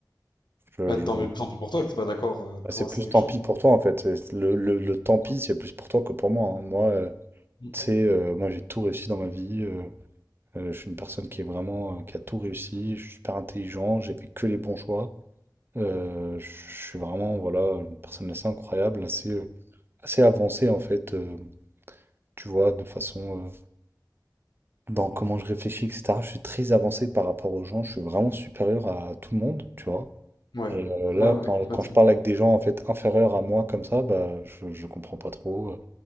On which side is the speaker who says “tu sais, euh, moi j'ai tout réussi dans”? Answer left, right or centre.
Right